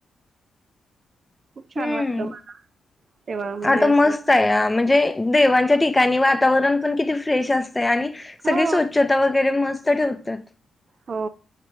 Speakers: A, on the right; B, on the left.
A: खूप छान
B: हम्म.
A: वाटलं मला तेव्हा म्हणजे
B: आता
A: असं
B: मस्त आहे म्हणजे देवांच्या ठिकाणी वातावरण पण किती फ्रेश असते आणि
A: हो
B: सगळी स्वच्छता वगैरे मस्त ठेवतात.
A: हो.